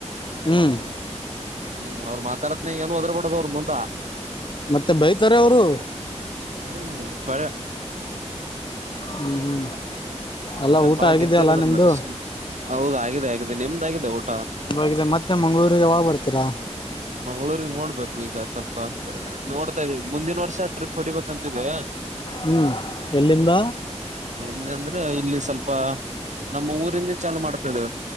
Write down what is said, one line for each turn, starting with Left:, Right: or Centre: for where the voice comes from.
Left: ಹ್ಮ್
Right: ಹ್ಮ್ ಅವ್ರು ಮಾತಾಡ ಏ ಒದರಬಡದ ಅವರ ಮುಂದಾ
Left: ಮತ್ತೆ ಬೈತಾರೆ ಅವರು
Right: ಹ್ಮ್ ಕರೇ
Left: ಹ್ಮ ಹ್ಮ ಎಲ್ಲಾ
Right: ಇದ
Left: ಊಟ
Right: ಬಾಳ
Left: ಆಗಿದ್ಯಲ್ಲಾ
Right: ಡೇಂಜರ್ ಅದ್ರ
Left: ನಿಮ್ದು
Right: ಮನುಷ್ಯ ಹೌದ ಆಗಿದೆ ನಿಮ್ದ್ ಆಗಿದೆ ಊಟ
Left: ಹಾಗಿದೆ ಮತ್ತೆ ಮಂಗಳೂರಿಗೆ ಯಾವಗ ಬರ್ತೀರಾ
Right: ಮಂಗಳೂರಿ ನೋಡ್ಬೇಕು ಈಗ ಸ್ವಲ್ಪ ನೋಡ್ತಾ ಇದೀವಿ ಮುಂದಿನ ವರ್ಷ ಟ್ರಿಪ್ ಹೊಡಿಬೇಕಂತಿದೆ
Left: ಹ್ಮ್ ಎಲ್ಲಿಂದ
Right: ಎಲ್ಲ ಅಂದ್ರೆ ಇಲ್ಲಿ ಸ್ವಲ್ಪ ನಮ್ಮ ಊರಿಂದ ಚಲು ಮಾಡ್ತದೆ